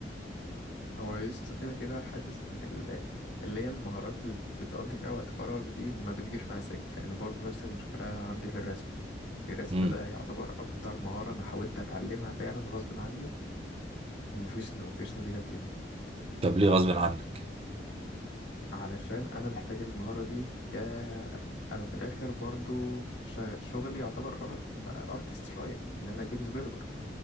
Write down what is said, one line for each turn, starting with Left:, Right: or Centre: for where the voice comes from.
Left: هو يسطا كده كده حاسس ان ال- اللي هي المهارات اللي بتقضي فيها وقت فراغ دي ما بتجيش مع سكة يعني برضه نفس المشكلة عندي في الرسم الرسم
Right: يعني
Left: ده يعتبر اكتر مهارة انا حاولت اتعلمها فعلا غصب عني ومفيش ومفيش نتيجة فيها
Right: طب ليه غصب عنك
Left: علشان انا محتاج المهارة دي ك انا في الاخر برضه شغ- شغلي يعتبر أر... ده ارتست شوية ان انا جيم ديفلوبر